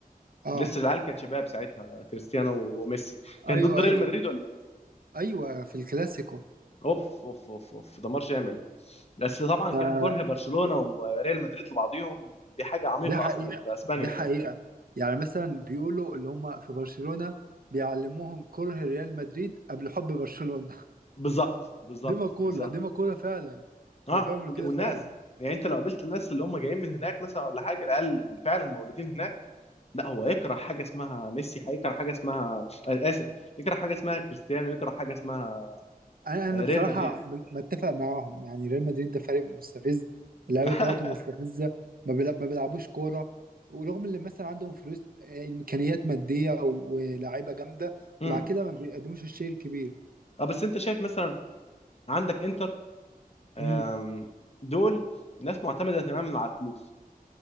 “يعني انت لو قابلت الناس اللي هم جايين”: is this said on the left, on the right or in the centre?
Left